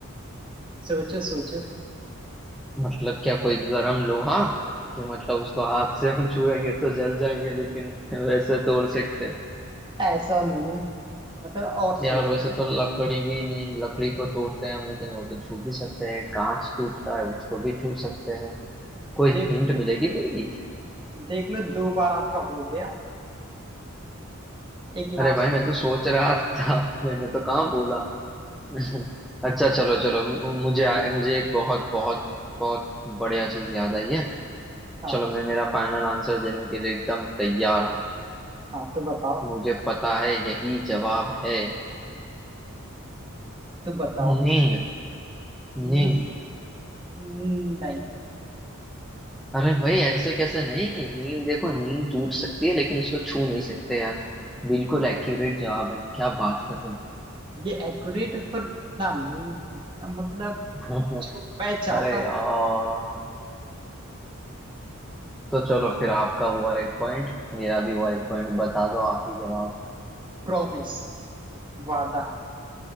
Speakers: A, on the right; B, in the centre.
A: सोचो सोचो
B: मतलब क्या कोई गरम लोहा कि मतलब उसको हाथ से हम छुएंगे तो जल जाएंगे लेकिन वैसे तोड़ सकते हैं।
A: ऐसा नहीं है मतलब और
B: यार
A: सोचो
B: वैसे तो लकड़ी भी नहीं लकड़ी को तोड़ते हैं हम लेकिन वो तो छू भी सकते हैं कांच टूटता है उसको भी छू सकते हैं कोई
A: देखो
B: हिंट मिलेगी भाई
A: देख लो दो बार आपका हो गया एक लास्ट
B: अरे भाई मैं तो सोच रहा था मैंने तो कहाँ बोला <laughs> अच्छा चलो चलो मु- मुझे आ- मुझे एक बहुत बहुत बहुत बढ़िया चीज याद आई है
A: हाँ
B: चलो मैं मेरा फाइनल आंसर देने के लिए एकदम तैयार हूँ
A: हाँ तो बताओ
B: मुझे पता है यही जवाब है
A: तो बताओ
B: नींद नींद
A: न- नहीं
B: अरे भाई ऐसे कैसे नहीं नींद देखो नींद टूट सकती है लेकिन उसको छू नहीं सकते यार बिल्कुल एक्यूरेट जवाब है क्या बात कर रहे
A: ये एक्यूरेट पर ना नहीं मतलब
B: हो
A: जो
B: <laughs>
A: मैं चाहता
B: अरे
A: हूँ
B: यार तो चलो फिर आपका हुआ एक पॉइंट मेरा भी हुआ एक पॉइंट बता दो आप ही जवाब
A: प्रॉमिस वादा